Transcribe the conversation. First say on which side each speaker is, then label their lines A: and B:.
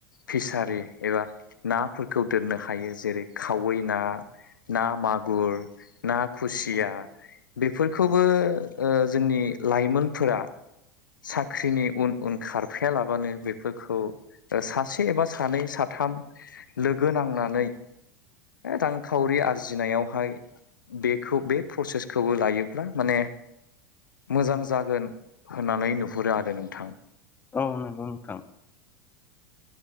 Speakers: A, on the left (about 80°); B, on the left (about 20°).
A: फिसारि एबा नाफोरखौ दोननो हायो जेरै खावै ना ना मागुर, ना खुसिया
B: औ
A: बेफोर <unintelligible> जोंनि लाइमोनफोरा साख्रिनि उन -उन खारफायालाबानो बेफोरखौ सासे एबा सानै सा थाम लोगो नांनानै रांखावरि आरजिनायावहाय बेखौ बे प्रसेसखौबो लायो माने मोजां जागोन होननानै नुहुरो आरो नोंथां ।
B: औ नंगौ नोंथां